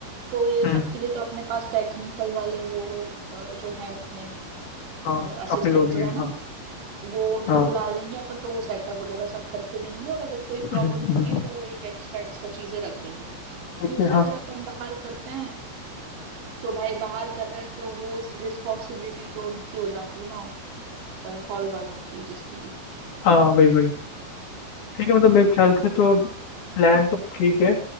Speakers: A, on the right; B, on the left.
A: तो ये
B: हम्म
A: सब के लिए तो अपने पास टेक्निकल वाले वो अ, जो है अपने
B: हाँ
A: असिस्टेंट
B: अपने लोग
A: जो
B: ही हैं
A: है ना
B: हाँ
A: वो उनको
B: हाँ
A: बुला लेंगे अपन तो वो सेटअप वगैरह सब करके देंगे और अगर कोई
B: हम्म,
A: प्रॉब्लम होती
B: हम्म,
A: है तो वो एक एक्स्ट्रा एक्स्ट्रा चीजें रख देंगे
B: ठीक
A: दूसरा
B: है हाँ
A: अगर अपन बाहर करते हैं तो भाई बाहर कर रहे हैं तो वो रिस्पॉन्सिबिलिटी तो उनकी हो जाती है ना हॉल वालों की जिसकी भी
B: हाँ वही वही ठीक है मतलब मेरे ख्याल से तो प्लान तो ठीक है